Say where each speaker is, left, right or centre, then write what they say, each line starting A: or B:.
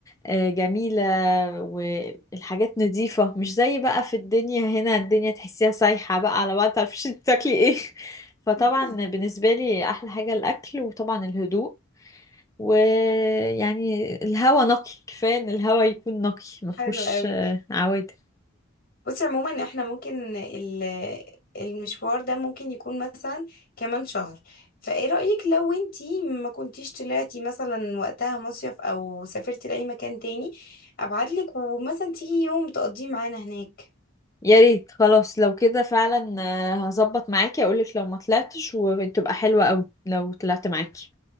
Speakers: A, on the left; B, on the left.
A: آه، جميلة والحاجات نظيفة مش زي بقى في الدنيا هنا الدنيا تحسيها سايحة بقى على بعض متعرفيش انت تاكلي ايه <laughs>
B: ايوه
A: فطبعا
B: <laughs>
A: بالنسبة لي احلى حاجة الاكل وطبعا الهدوء ويعني الهوا نقي كفاية ان الهوا يكون نقي مفهوش
B: حلو قوي
A: آه، عوادم
B: بصي عموما احنا ممكن ال- المشوار ده ممكن يكون مثلا كمان شهر فايه رأيك لو انتي ما كنتيش طلعتي مثلا وقتها مصيف او سافرتي لأي مكان تاني ابعتلك ومثلا تيجي يوم تقضيه معانا هناك
A: يا ريت خلاص لو كده فعلا آه، هظبط معاكي اقولك لو ما طلعتش وتبقى حلوة اوي لو طلعت معاكي